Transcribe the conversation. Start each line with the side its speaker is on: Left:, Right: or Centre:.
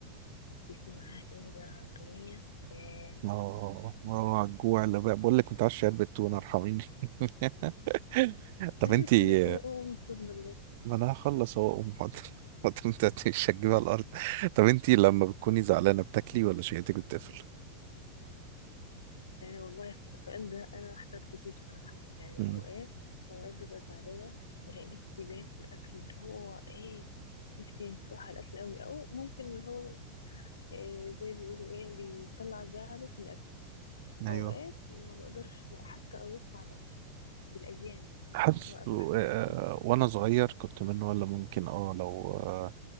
Left: يكون معاها ايه بقى طومية ايه
Right: اه اه على الجوع اللي بقى بقول لك متعشي علبة تونة ارحميني <laughs> طب
Left: قالك
Right: انتي
Left: انا ايه اوه مطلوب لك
Right: ما انا هخلص اهو اقوم حاضر <laughs> حاضر، انت مش هتجيبها على الارض طب انتي لما بتكوني زعلانة بتاكلي ولا شهيتك بتقفل؟
Left: آه والله الس- السؤال ده أنا احترت فيه بصراحة يعني
Right: مم.
Left: أوقات أوقات ببقى زعلانة بلاقي نفسي باكل أكل اللي هو إيه نفسي بصراحة الأكل أوي أو ممكن اللي هو إيه زي ما بيقولوا إيه بيطلع زعله في الأكل
Right: ايوه
Left: أوقات ما بقدرش حتى أبص على الأكل بالأيام يعني
Right: حاسس
Left: اللي هو آكل
Right: آه،
Left: حاجات
Right: آه،
Left: بسيطة
Right: وانا صغير كنت منه ولا ممكن اه لو آه،